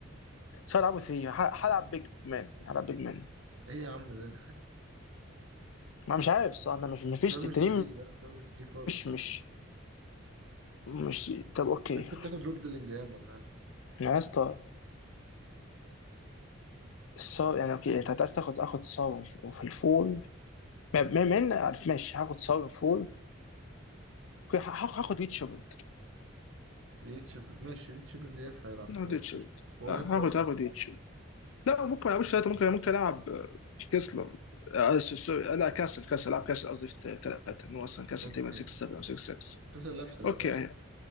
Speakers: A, on the left; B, on the right.
A: هلعبه ثري هلعب بيج مان هلعب بيج مان
B: ايه يا عم ده
A: ما مش عارف صح ما مش مفيش
B: صار
A: التنين
B: مش 3 لا صار مش 3 خالص
A: مش مش مش طب اوكي
B: ممكن تاخد روب ديلينجهام ولا
A: انا يا اسطى الصار يعني اوكي انت عايز تاخد اخد صار في الفول
B: مم.
A: ما ما ما إن- عارف ماشي هاخد صار في الفول اوكي، هاخد هاخد ريتشارد
B: ليد شيبرد ماشي ليد شيبرد ينفع يلعب في
A: هاخد
B: ثلاثة
A: ريتشارد
B: قشطة هو
A: آه،
B: لعب
A: هاخد
B: كويس
A: هاخد
B: برضه
A: ريتشارد لا ممكن ما العبش ثلاثه ممكن ممكن العب كسلر آه، س- س- لا كاسل كاسل العب كاسل قصدي في ثلاثه انه اصلا كاسل
B: اوكي
A: تقريبا 6 7 او 6 6
B: كاس اللعب في ثلاثة
A: اوكي
B: اصلا